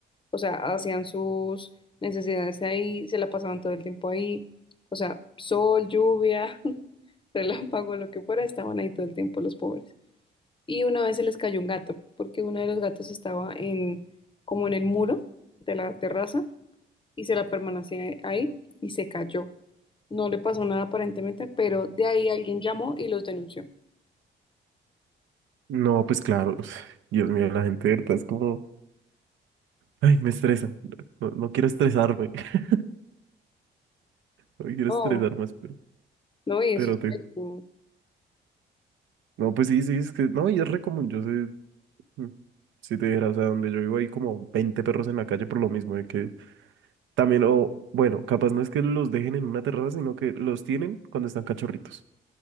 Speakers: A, on the left; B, on the right.
A: O sea, hacían sus necesidades ahí, se la pasaban todo el tiempo ahí. O sea, sol, lluvia, <laughs> relámpago, lo que fuera, estaban ahí todo el tiempo los pobres y una vez se les cayó un gato, porque uno de los gatos estaba en, como en el muro de la terraza y se la permanecía ahí y se cayó. No le pasó nada aparentemente, pero de ahí alguien llamó y los denunció.
B: No, pues claro. <sighs> Dios mío, la gente de verdad es como. Ay, me estresan. No, no quiero estresarme. <laughs> No quiero
A: Oh,
B: estresar más, pero,
A: no, y eso
B: pero
A: es
B: te.
A: pésimo.
B: No, pues sí, sí, es que. No, y es re común. Yo sé. mm, Si te dijeras, o sea, donde yo vivo hay como 20 perros en la calle por lo mismo, de que también, o bueno, capaz no es que los dejen en una terraza, sino que los tienen cuando están cachorritos.